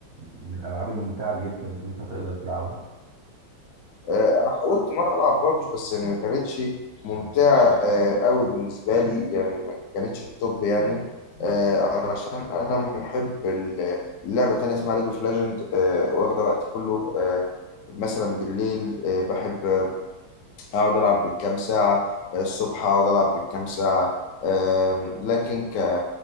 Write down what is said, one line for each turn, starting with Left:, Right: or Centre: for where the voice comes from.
Right: من الالعاب الممتعه جدا اللي انت تقدر تلعبها
Left: آه، انا حاولت مره العب بابجي بس يعني ما كانتش ممتعه آه، قوي بالنسبه لي يعني ما كانتش التوب يعني آه، علشان انا محب ال- لعبه تانية اسمها ليج اوف ليجند واخده وقتي كله آه، مثلا بالليل آه، بحب اقعد العب بالكام ساعه آه، الصبح اقعد العب بالكام ساعه آم، لكن ك...